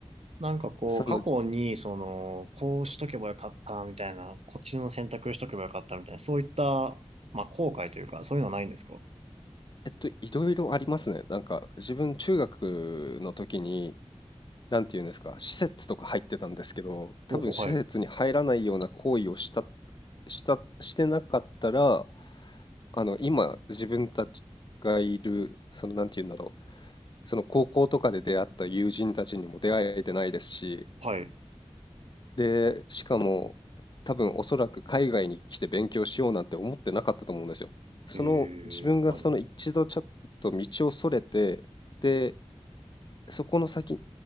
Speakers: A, on the right; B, on the left.
A: なんかこう、
B: その、
A: 過去に、その、こうしとけばよかったみたいな、こっちの選択しとけばよかったみたいな、そういった、まあ、後悔というか、そういうのはないんですか
B: えっと、いろいろありますね。なんか自分中学の時に、なんていうんですか、施設とか入ってたんですけど、
A: ほうほう、
B: 多分施設に入らないような行為をした、
A: はい。
B: した、してなかったら、あの、今自分たちがいる、その、なんていうんだろう、その高校とかで出会った友人たちにも出会えてないですし、
A: はい。
B: で、しかも、多分おそらく海外に来て勉強しようなんて思ってなかったと思うんですよ。その自分がその一度ちょっと道をそれて、
A: えー、はい。
B: で、そこの先